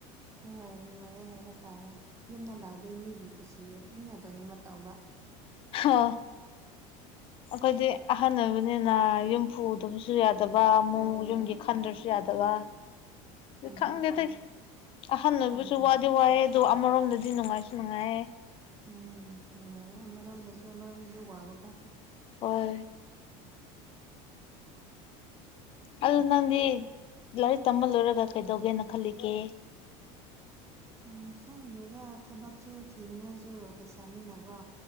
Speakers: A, on the right; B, on the left.
A: ꯍꯣꯏ ꯅꯨꯡꯉꯥꯏꯔꯩ ꯍꯥꯏꯕ ꯇꯥꯔꯦ ꯌꯨꯝꯗ ꯂꯥꯛꯗꯦ ꯃꯤꯒꯤ ꯀꯨꯁꯤ ꯃꯤꯅ ꯇꯧꯅꯤꯡꯕ ꯇꯧꯕ
B: ꯍꯣ ꯑꯩꯈꯣꯏꯗꯤ ꯑꯍꯟꯅꯕꯅꯤꯅ ꯌꯨꯝ ꯄꯨꯗꯕꯁꯨ ꯌꯥꯗꯕ
A: ꯍꯣꯏ
B: ꯃꯑꯣ ꯌꯨꯝꯒꯤ ꯈꯟꯗ꯭ꯔꯁꯨ ꯌꯥꯗꯕ ꯑ
A: ꯑꯗꯨꯅꯦ
B: ꯈꯪꯗꯦ ꯇ ꯑꯍꯟꯅ ꯑꯣꯏꯕꯁꯨ
A: ꯎꯝ
B: ꯋꯥꯗꯤ ꯋꯥꯏꯑꯦ ꯑꯗꯣ ꯑꯃꯔꯣꯝꯗꯗꯤ ꯅꯨꯡꯉꯥꯏꯁꯨ ꯅꯨꯡꯉꯥꯏꯌꯦ
A: ꯎꯝ ꯅꯨꯡꯉꯥꯏꯔꯦ ꯑꯃꯔꯣꯝꯗꯁꯨ ꯑꯃꯔꯣꯝꯗꯁꯨ ꯋꯥꯕꯀꯣ
B: ꯍꯣꯏ ꯑꯗꯨ ꯅꯪꯗꯤ ꯂꯥꯏꯔꯤꯛ ꯇꯝꯕ ꯂꯣꯏꯔꯒ ꯀꯩꯗꯧꯒꯦꯅ ꯈꯜꯂꯤꯒꯦ
A: ꯑꯦ ꯈꯪꯗꯦꯗ ꯊꯕꯛꯁꯨ ꯊꯤꯅꯤꯡꯉꯥꯏꯁꯨ ꯄꯩꯁꯥꯅꯤꯅꯀꯣ